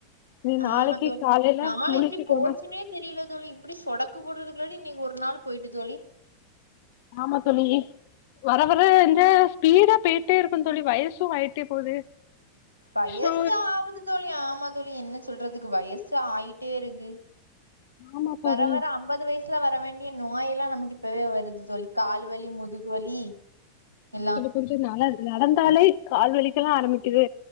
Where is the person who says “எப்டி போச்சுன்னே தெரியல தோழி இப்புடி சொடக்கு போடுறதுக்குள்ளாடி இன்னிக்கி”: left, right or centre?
Right